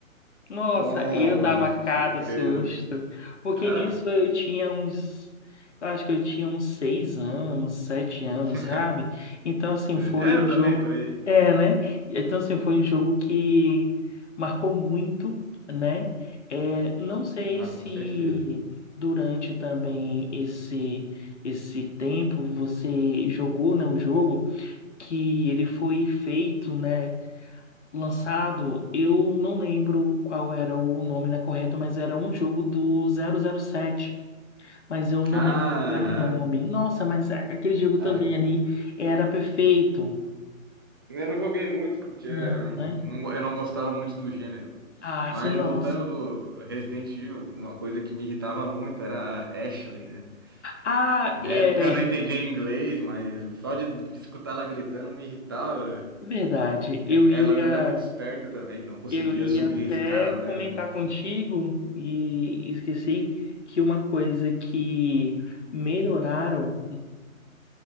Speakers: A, on the left; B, on the right.
A: Nossa,
B: Toma!
A: eu dava cada
B: Surpresa.
A: susto. Porque
B: Ah,
A: nisso eu tinha uns. Eu acho que eu tinha uns seis anos, sete anos,
B: <laughs>
A: sabe? Então, assim, foi
B: é, eu
A: um
B: também,
A: jogo.
B: por aí.
A: É, né? Então, assim, foi um jogo que marcou muito, né? É, não sei
B: Ah,
A: se
B: com certeza.
A: durante também esse, esse tempo você jogou, né, um jogo que ele foi feito, né? lançado, eu não lembro qual era o nome, né, correto, mas era um jogo do zero zero sete. mas eu não
B: Ah,
A: lembro qual era
B: Aham.
A: o nome. Nossa, mas a- aquele jogo
B: Ah,
A: também ali era perfeito.
B: Eu não joguei muito porque
A: Não,
B: hum,
A: né?
B: não go- eu não gostava muito do gênero.
A: Ah,
B: Mas
A: sim, nossa.
B: voltando do Resident Evil, uma coisa que me irritava muito era a Ashley, né?
A: Ah,
B: Na
A: é
B: época eu não entendia inglês, mas só de, de escutar ela gritando me irritava.
A: verdade. Eu
B: Ela
A: ia,
B: não era muito esperta também, não conseguia
A: eu ia
B: subir
A: até
B: a escada.
A: comentar
B: não-
A: contigo e esqueci que uma coisa que melhoraram